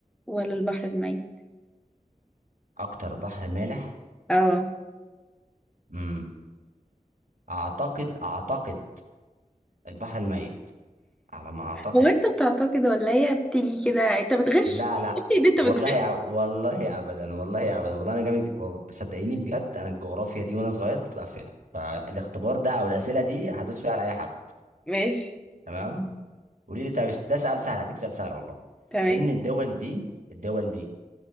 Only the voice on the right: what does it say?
اكتر بحر مالح
امم اعتقد اعتقد البحر الميت على ما اعتقد
لا لا
والله والله ابدا والله ابدا والله انا جامد جد- صدقيني بجد انا الجغرافيا دي وانا صغير كنت بقفلها فالاختبار ده او الاسئله دي هدوس فيها على اي حد
تمام قولي لي طب ده سؤال سهل هديك سؤال سهل والله
ايه من الدول دي الدول دي